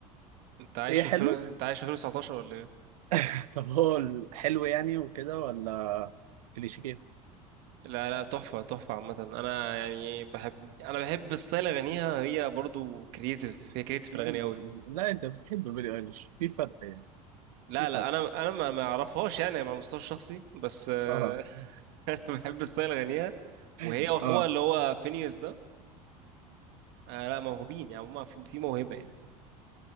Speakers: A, on the right (about 60°); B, on the right (about 75°).
A: انت عايش
B: ايه
A: في
B: حلو
A: فين... انت عايش في 2019 ولا ايه
B: <laughs> طب هو الحلو يعني وكده ولا كليشيه
A: لا لا تحفه تحفه عامه انا يعني بحب انا بحب ستايل اغانيها هي برضو كرييتيف هي كرييتيف في
B: لا
A: الاغاني قوي
B: لا، انت بتحب بيلي ايليش في فرق يعني
A: لا
B: في
A: لا
B: فرق
A: انا انا ما ما اعرفهاش يعني على المستوى الشخصي بس آه،
B: اه
A: <laughs> انا بحب ستايل اغانيها
B: <laughs>
A: وهي واخوها
B: اه
A: اللي هو فينيوس ده آه لا موهوبين يعني هما في في موهبه يعني